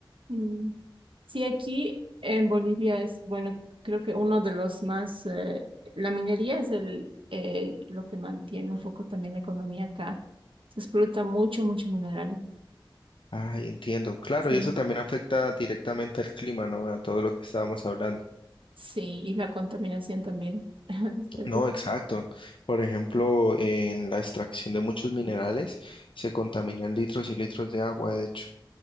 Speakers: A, on the right; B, on the left.
A: Mm. Sí, aquí en Bolivia es, bueno, creo que uno de los más, eh, la minería es el, el- lo que mantiene un poco también la economía acá. Se explota mucho, mucho mineral.
B: Ay, entiendo. Claro,
A: Sí,
B: y eso también afecta directamente al clima, ¿no? A todo lo que estábamos hablando.
A: sí, y la contaminación también. <laughs> Es terrible.
B: No, exacto. Por ejemplo, en la extracción de muchos minerales se contaminan litros y litros de agua, de hecho.